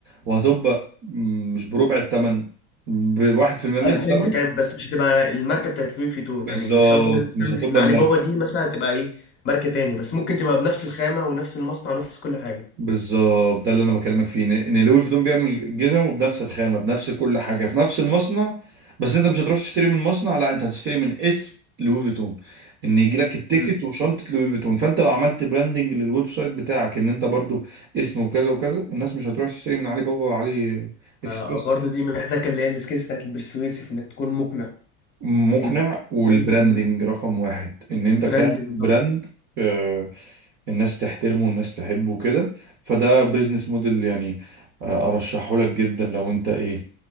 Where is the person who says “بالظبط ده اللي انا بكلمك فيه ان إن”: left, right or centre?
Right